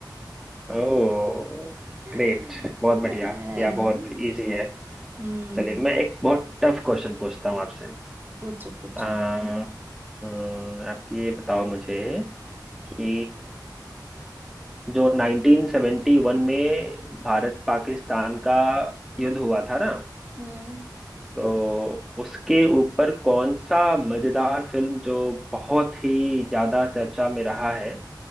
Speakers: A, in the centre; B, on the right.
A: ओह
B: <laughs>
A: ग्रेट बहुत बढ़िया
B: And-
A: या बहुत इजी है
B: हम्म
A: चलिए मैं एक बहुत टफ क्वेश्चन पूछता हूँ आपसे
B: पूछो पूछो
A: आ, अम, आप ये बताओ मुझे कि जो 1971 में भारत पाकिस्तान का युद्ध हुआ था ना
B: हम्म
A: तो उसके ऊपर कौन सा मजेदार फिल्म जो बहुत ही ज्यादा चर्चा में रहा है